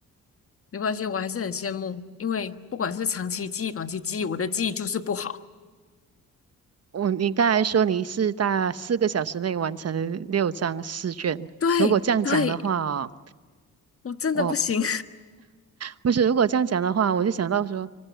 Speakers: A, on the left; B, on the right.
A: 没关系，我还是很羡慕，因为不管是长期记忆、短期记忆，我的记忆就是不好。
B: 我，你刚才说你是大四个小时内完成了六张试卷，
A: 对对，
B: 如果这样讲的话哦，
A: 我真的不行。
B: 我不是，如果这样讲的话，我就想到说，